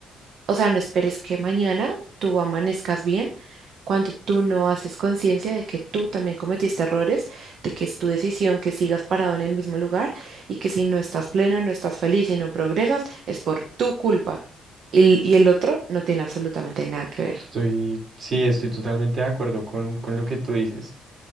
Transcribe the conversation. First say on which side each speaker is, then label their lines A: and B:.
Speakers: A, on the right; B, on the right.
A: o sea, no esperes que mañana tú amanezcas bien cuando tú no haces conciencia de que tú también cometiste errores, de que es tu decisión que sigas parado en el mismo lugar y que si no estás pleno, no estás feliz y no progresas, es por tu culpa. Y, y el otro no tiene absolutamente nada que ver.
B: Estoy, sí, estoy totalmente de acuerdo con, con lo que tú dices.